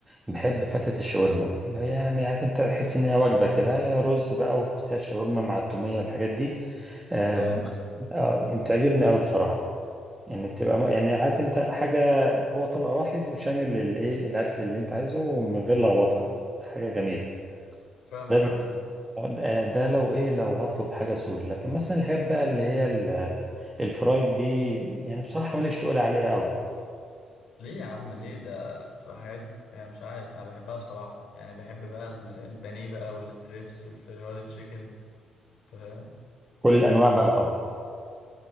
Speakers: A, on the right; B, on the left.
A: بحب فتة الشاورما اللي هي يعني عارف انت تحس ان هي وجبة كده هي رز بقى وفستق الشاورما مع التومية والحاجات دي أه
B: اه
A: آه، بتعجبني قوي بصراحة يعني بتبقى يعني عارف انت حاجة هو طبق واحد وشامل الايه الاكل اللي انت عايزه ومن غير لخبطة حاجة جميلة
B: فاهمك
A: ده ب-
B: عامه
A: آه، ده لو ايه لو هطلب حاجة سوري لكن مثلا الحاجات بقى اللي هي ال- الفرايد دي يعني بصراحة ماليش تقول عليها قوي
B: ليه يا عم ليه ده بتبقى حاجات يعني مش عارف انا بحبها بصراحه يعني بحب بقى ال- البانيه بقى والستريبس والفرايد تشيكن انت فاهم
A: كل الانواع بقى طبعا